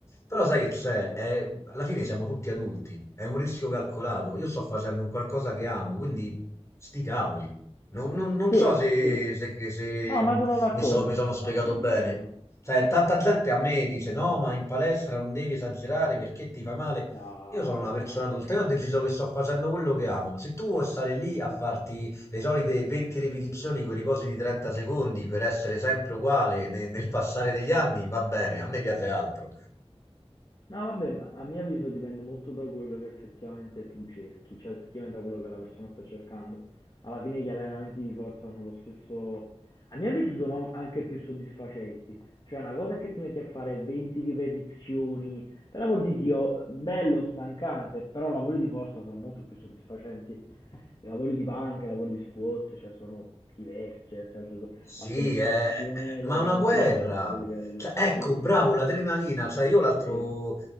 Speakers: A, on the left (about 25°); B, on the left (about 45°).
A: Però sai che c'è? È- alla fine siamo tutti adulti, è un rischio calcolato. Io sto facendo un qualcosa che amo, quindi sti cavoli. Non, non- non
B: Sì,
A: so se,
B: sì.
A: se, se, se,
B: No,
A: mh,
B: ma sono d'accordo,
A: mi, so- mi sono spiegato
B: ma sono d'accordo.
A: bene. Cioè, tanta gente a me dice: No, ma in palestra non devi esagerare perché ti fai male.
B: No,
A: Io sono una
B: no,
A: persona adulta,
B: no, no.
A: io ho deciso che sto facendo quello che amo. Se tu vuoi stare lì a farti le solite 20 ripetizioni con i riposi di 30 secondi per essere sempre uguale ne- nel passare degli anni, va bene, a me
B: Sì.
A: piace altro.
B: No, vabbè, ma a mio avviso dipende molto da quello che effettivamente tu cerchi, cioè effettivamente da quello che la persona sta cercando. Alla fine gli allenamenti di forza hanno lo stesso... A mio avviso sono anche più soddisfacenti. Cioè una cosa è che ti metti a fare 20 ripetizioni, per l'amor di Dio, bello, stancante, però lavori di forza sono molto più soddisfacenti I Lavori di panca, i lavori di squat, cioè sono diversi, eh, cioè, nel senso,
A: Sì,
B: la soddisfazione
A: è- è-
B: e
A: ma
B: l'adrenalina
A: è una guerra.
B: è un altro livello.
A: Cioè, ecco,
B: Sì,
A: bravo,
B: sì, sì,
A: l'adrenalina. Cioè, io l'altro...
B: sì,